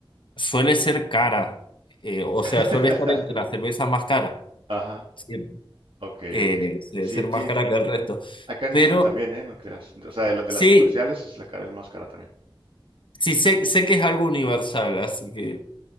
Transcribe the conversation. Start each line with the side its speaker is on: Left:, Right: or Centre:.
Left: suele ser cara, eh, o
Right: <laughs>
Left: sea, suele estar entre las cervezas más caras,
Right: Ajá,
Left: siempre,
Right: ok,
Left: eh,
Right: ok.
Left: se-
Right: Sí,
Left: ser más
Right: sí,
Left: cara que el resto.
Right: acá en
Left: Pero
Right: México también, ¿eh? No creas. O sea, de, la- de
Left: sí,
Right: las comerciales es la, cara- la más cara también.
Left: Sí, sé, sé que es algo universal, así que